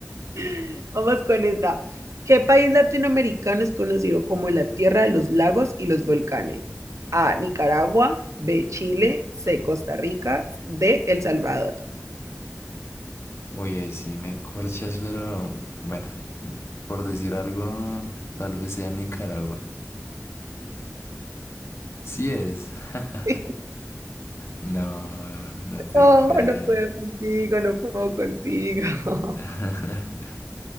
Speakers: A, on the right; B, on the left.
A: <laughs> Vamos con esta. ¿Qué país latinoamericano es conocido como la tierra de los lagos y los volcanes? A. Nicaragua. B. Chile. C. Costa Rica. D. El Salvador.
B: Uy, ahí sí me corchas, pero bueno, por decir algo, tal vez sea Nicaragua. Sí es. <laughs>
A: <laughs>
B: No, no te
A: No,
B: creo.
A: no puedo contigo, no puedo contigo. <laughs>
B: <laughs>